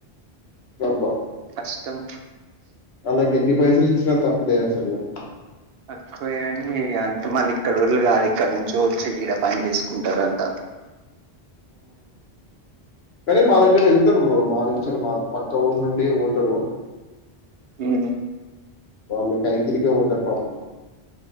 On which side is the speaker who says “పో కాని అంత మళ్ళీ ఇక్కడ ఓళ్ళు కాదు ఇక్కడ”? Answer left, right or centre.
Right